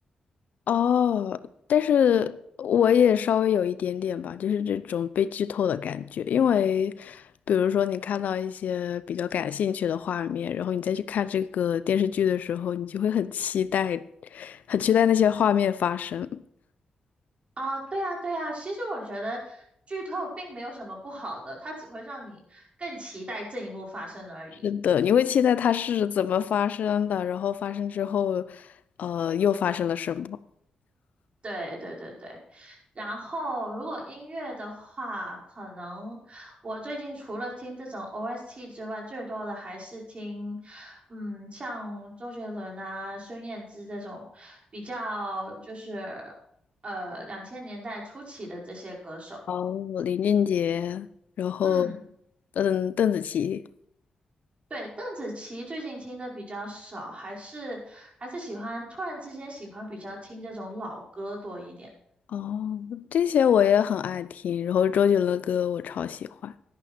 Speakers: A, on the left (about 70°); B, on the right (about 45°).
A: 哦，但是我也稍微有一点点吧，就是这种被剧透的感觉，因为比如说你看到一些比较感兴趣的画面，然后你再去看这个电视剧的时候，你就会很期待，很期待那些画面发生。
B: 啊，对啊，对啊，其实我觉得剧透并没有什么不好的，它只会让你更期待这一幕发生而已。
A: 是的，你会期待它是怎么发生的，然后发生之后，呃，又发生了什么？
B: 对对对对，然后如果音乐的话，可能我最近除了听这种 OST 之外，最多的还是听，嗯，像周杰伦啊、孙燕姿这种比较就是呃两千年代初期的这些歌手。
A: 哦，林俊杰，然后，
B: 嗯。
A: 嗯，邓紫棋。
B: 对，邓紫棋最近听的比较少，还是还是喜欢突然之间喜欢比较听这种老歌多一点。
A: 哦，这些我也很爱听，然后周杰伦的歌我超喜欢，